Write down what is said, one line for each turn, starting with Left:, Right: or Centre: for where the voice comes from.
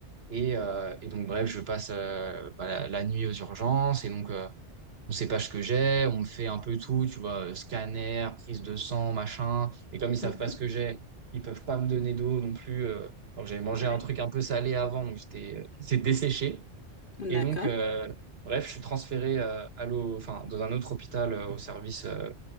Right: Et, euh, et donc, bref, je passe euh, bah, la, la nuit aux urgences. Et donc, euh, on sait pas ce que j'ai. On me fait un peu tout, tu vois, euh, scanner, prise de sang, machin. Et comme ils savent
Left: Mhm.
Right: pas ce que j'ai, ils peuvent pas me donner d'eau non plus. euh. Alors, j'avais mangé
Left: Ouais.
Right: un truc un peu salé avant, donc j'étais, euh, j'étais desséché.
Left: D'accord.
Right: Et donc, euh, bref, je suis transféré euh, à l'eau, enfin, dans un autre hôpital euh, au service euh,